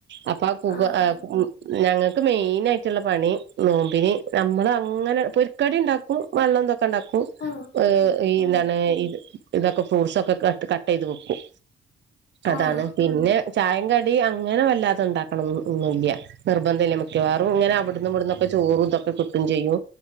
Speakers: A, on the right; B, on the left.
A: അപ്പ കുക
B: ആഹ്
A: ഏ ഉം ഞങ്ങക്ക് മെയിനായിട്ടുള്ള പണി നോമ്പിന് നമ്മളു അങ്ങനെ പൊരിക്കടിണ്ടാക്കും വെള്ളംദൊക്കെ ണ്ടാക്കും
B: ആഹ്
A: ഏ ഈ
B: ഉം
A: ന്താണ് ഇത് ഇതൊക്കെ ഫ്രൂട്ട്സൊക്കെ കട്ട് കട്ടെയ്ത് വെക്കും അതാണ്
B: ആഹ്
A: പിന്നെ ചായേം കടി ടി അങ്ങനെ വല്ലാതണ്ടാക്കണന്ന്ന്നൊന്നുല്ല്യ നിർബന്ധില്ല മിക്കവാറും ഇങ്ങനെ അവിടുന്നും ഇവിടുന്നൊക്കെ ചോറുംതൊക്കെ ക്കെ കൂട്ടും ചെയ്യും.